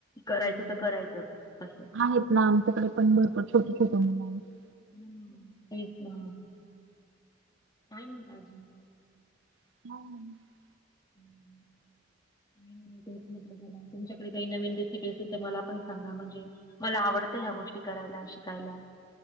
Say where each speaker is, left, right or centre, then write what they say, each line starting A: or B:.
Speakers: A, on the left (about 20°); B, on the right (about 75°).
A: करायचं
B: हम्म.
A: तर करायचंच असं
B: आहेत ना आमच्याकडे पण भरपूर <unintelligible>
A: हम्म, तेच ना, काय म्हणता? अजून?
B: <unintelligible>
A: <inaudible> <unintelligible> तुमच्याकडे काही नवीन रेसिपी असेल तर मला पण सांगा? म्हणजे मला आवडतं ह्या गोष्टी करायला, शिकायला